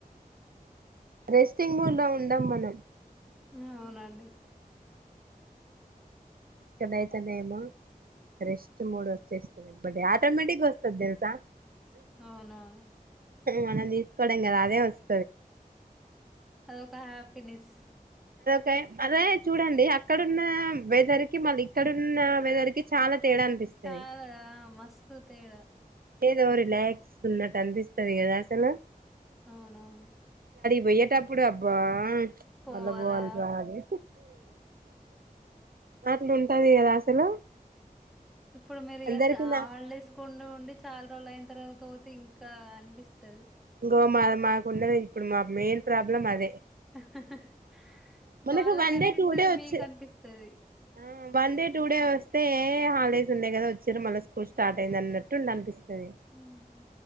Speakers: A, on the right (about 75°); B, in the centre.
A: రెస్టింగ్ మూడ్ లో ఉండం మనం
B: అవునండి
A: ఇక్కడ అయితనేమో రెస్ట్ మోడ్ వచ్చేస్తుంది ఎమ్మటే ఆటోమేటిిక్ వస్తది తెలుసా
B: అవునవును
A: మనం తీసుకోవడం కాదు అదే వస్తది
B: అదొక హ్యాపీనెస్
A: కే అదే చూడండి అక్కడన్న వేదరికి మళ్ళీ ఇక్కడన్న వేదరికి చాలా తేడా అనిపిస్తది
B: చాలాదా ఆ మస్తు తేడా
A: ఏదో రిలాక్స్ ఉన్నట్టు అనిపిస్తది కదా అసలు
B: అవునవును
A: పొయ్యేటప్పుడు అబ్బా
B: పోవాలా
A: మళ్ళ పోవాల రా అని అట్లు ఉంటది కదా అసలు
B: ఇప్పుడు మీరు ఇగ
A: అందరికి
B: హాల్
A: నా
B: డేస్ కి ఉండి ఉండి చాలా రోజులు అయిన తర్వాత పోతే ఇంకా అనిపిస్తుది
A: సో మా మాకున్నది ఇప్పుడు మా మెయిన్ ప్రాబ్లమ్ అదే
B: <inaudible>
A: మనకి
B: వాళ్ళకి
A: వన్
B: అనిపిస్తది
A: డే టూ డే వచ్చే
B: మీకు అనిపిస్తది
A: ఆ వన్ డే టూ డే వస్తే హాలిడేస్ ఉన్నాయి కదా వచ్చారు మళ్ళీ స్కూల్ స్టార్ట్ అయింది అన్నట్టు ఉండ అనిపిస్తుంది
B: హమ్